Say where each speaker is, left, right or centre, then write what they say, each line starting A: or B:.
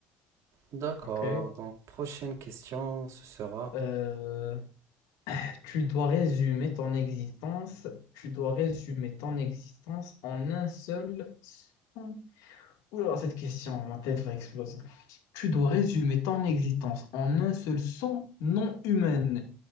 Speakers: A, on the right (about 60°); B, on the left (about 75°).
A: D'accord,
B: Ok.
A: donc prochaine question, ce sera
B: Euh, tu dois résumer ton existence. Tu dois résumer ton existence en un seul son. Oula, cette question, ma tête va exploser. Tu dois résumer ton existence en un seul son non humain.